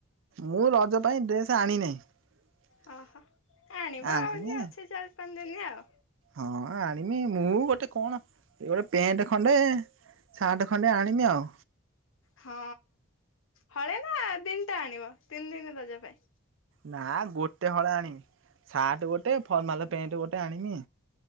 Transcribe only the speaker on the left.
ଓହୋ ଆଣିବ
ଆହୁରି ଅଛି ଚାରି ପାଞ୍ଚ ଦିନି ଆଉ।
ହଁ ହଳେ ନା ତିନଟା ଆଣିବ ତିନି ଦିନି ରଜ ପାଇଁ?